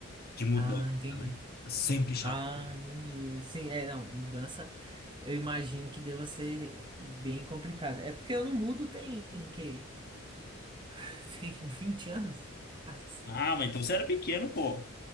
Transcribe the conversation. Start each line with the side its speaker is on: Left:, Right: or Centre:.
Left: de mudança,
Right: Ah, entendi.
Left: né? É Sempre chato.
Right: Ah, entendi. Sim, é, não, mudança eu imagino que deva ser bem complicada. É porque eu não mudo tem, que, <laughs> tem 20 anos, quase.
Left: Ah, mas então você era pequeno, pô.